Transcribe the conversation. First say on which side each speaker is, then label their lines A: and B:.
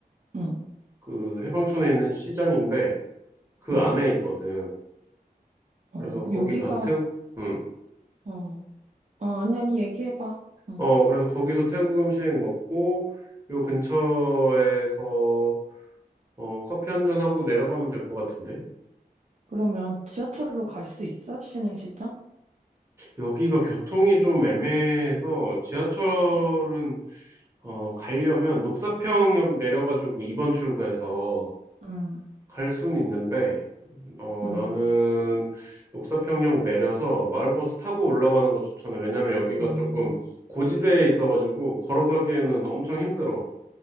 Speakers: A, on the right; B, on the right.
A: 응,
B: 그 해방촌에 있는 시장인데 그
A: 응.
B: 안에 있거든.
A: 어,
B: 그래서
A: 그럼
B: 거기
A: 여기가,
B: 가서 태국, 음,
A: 어, 아, 아니, 아니, 얘기해봐. 응.
B: 어, 그래서 거기서 태국 음식 먹고, 요 근처에서, 어, 커피 한 잔하고 내려가면 될 것 같은데?
A: 그러면 지하철로 갈 수 있어? 신흥시장?
B: 여기가 교통이 좀 애매해서, 지하철은,
A: 응.
B: 어, 가려면 녹사평역 내려가지고 2번 출구에서
A: 응,
B: 갈 수는 있는데, 어,
A: 응.
B: 나는 녹사평역 내려서 마을버스 타고 올라가는 거 추천해. 왜냐면 여기가
A: 음.
B: 조금 고지대에 있어가지고, 걸어가기에는 엄청 힘들어.